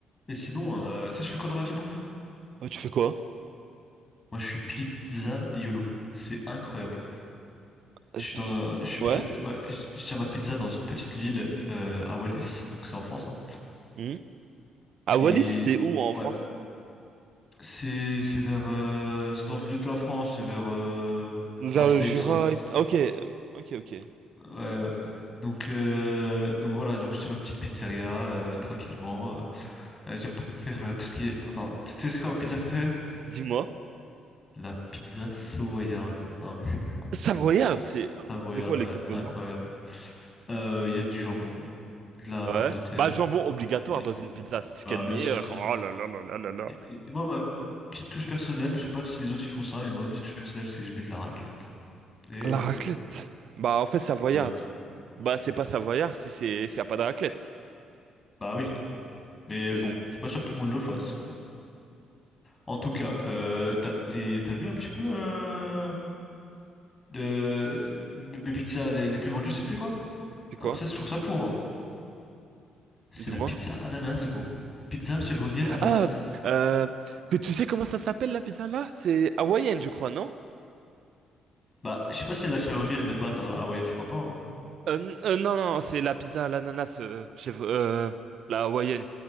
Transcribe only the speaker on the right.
Euh, Tu fais quoi?
Euh,
p'tit-
Ouais.
Mhm. À
Wallis, c'est où en
France?
Vers
le Jura
et... Ah, ok, euh, ok, ok.
Dis-moi.
Savoyarde, c'est...
C'est quoi les
composants?
Ouais.
Bah, jambon obligatoire
dans une
pizza, c'est ce
qu'il y a
de meilleur.
Oh là là là là là là.
La
raclette. Bah, en fait, savoyarde.
Bah, c'est pas savoyard si c'est s'il y a pas de raclette.
C'est...
C'est quoi?
Dis-moi.
Ah, euh, que tu sais comment ça s'appelle la pizza là? C'est hawaïenne, je crois, non?
Euh, n- euh, non, non, c'est la pizza à l'ananas, euh, chef, euh, la hawaïenne.